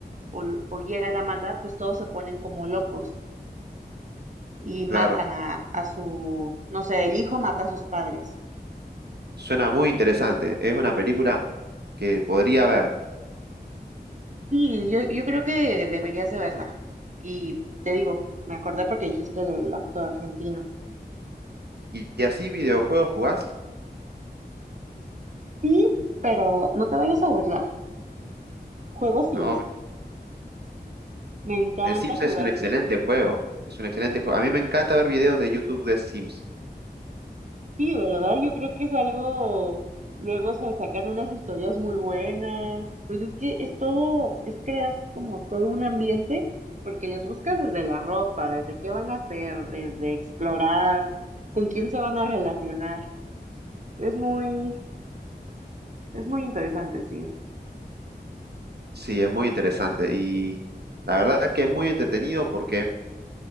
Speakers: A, on the right (about 45°); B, on the right (about 70°).
A: o, o llega la maldad, pues todos se ponen como locos y matan
B: claro.
A: a, a su, no sé, el hijo mata a sus padres.
B: Suena muy interesante. Es una película que podría ver.
A: Sí, yo, yo creo que deberías de verla. Y te digo, me acordé porque dijiste del actor argentino.
B: ¿Y, y así videojuegos jugás?
A: Sí, pero no te vayas a burlar. Juego Sims.
B: No,
A: Me encanta
B: el Sims
A: jugar
B: es un excelente
A: Sims.
B: juego. Es un excelente juego. A mí me encanta ver videos de YouTube de Sims.
A: Sí, ¿verdad? Yo creo que es algo... Luego se sacan unas historias muy buenas. Pues es que es todo, es crear como todo un ambiente, porque les buscas desde la ropa, desde qué van a hacer, desde explorar, con quién se van a relacionar. Es muy, es muy interesante el Sims.
B: Sí, es muy interesante y la verdad que es muy entretenido porque